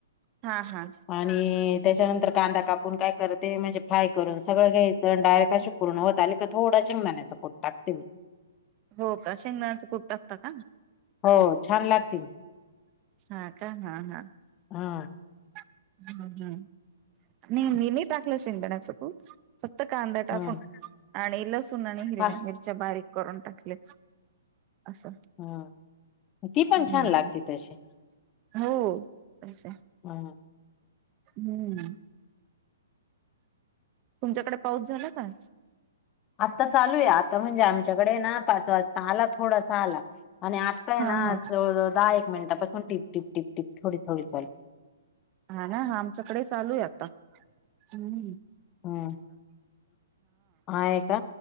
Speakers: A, on the right; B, on the left.
A: हा हा
B: आणि त्याच्यानंतर कांदा कापून काय करते म्हणजे फाय करून सगळ घ्यायचं डायरेक्ट अशी पूर्ण होत आली का थड शेंगयचं कुट हम्
A: हो का शेंगदाण्याचं कूट टाकता का
B: हो छान लागतील.
A: हा का हा हा.
B: हा.
A: हम हम् मी नाही टाकला शेंगदाण्याचा कूट. फक्त कांदा टाकून
B: हम्म
A: आणि लसूण आणि हिरव्या
B: हा
A: मिरच्या बारीक, करून टाकले असं
B: हम्म ती पण
A: हम्म.
B: छान लागते तशी
A: हो तस
B: हम्म.
A: हम्म. तुमच्याकडे पाऊस झाला का आज?
B: आता चालू आहे आता म्हणजे आमच्याकडे ना पाच वाजता आला थोडासा आला आणि आत्ताय
A: हा
B: ना
A: हा
B: दहा एक मिनिटापासून टिप टीप टिप टिप. थोडी थोडी चाल.
A: हा ना हा आमच्याकडे चालू आहे आता हम्.
B: हम् आहे का